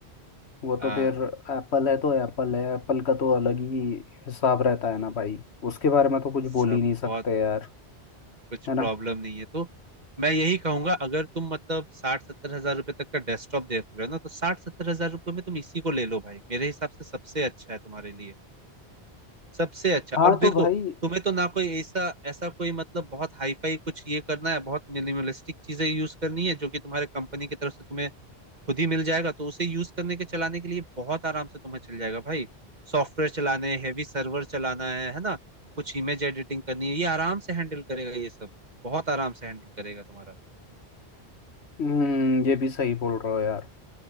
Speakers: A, on the left; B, on the right.
A: वो
B: हाँ
A: तो फिर एप्पल है तो एप्पल है एप्पल का तो अलग ही हिसाब रहता है ना भाई उसके बारे में तो कुछ बोल
B: सब
A: ही नहीं सकते
B: बहुत
A: यार
B: कुछ
A: है ना
B: प्रॉब्लम नहीं है तो मैं यही कहूंगा अगर तुम मतलब साठ सत्तर हजार रुपए तक का डेस्कटॉप देख रहे हो ना तो साठ सत्तर हजार रुपए में तुम इसी को ले लो भाई मेरे हिसाब से सबसे अच्छा है तुम्हारे लिए सबसे अच्छा और
A: हाँ
B: देखो
A: तो भाई
B: तुम्हें तो ना कोई ऐसा ऐसा कोई मतलब बहुत हाई फाई कुछ ये करना है बहुत मिनिमलिस्टिक चीजें यूज करनी है जो कि तुम्हारे कंपनी की तरफ से तुम्हें खुद ही मिल जाएगा तो उसे यूज करने के चलाने के लिए बहुत आराम से तुम्हें चल जाएगा भाई सॉफ्टवेयर चलाने हैवी सर्वर चलाना है है ना कुछ इमेज एडिटिंग करनी है ये आराम से हैंडल करेगा ये सब बहुत आराम से हैंडल करेगा तुम्हारा
A: हम्म, ये भी सही बोल रहे हो यार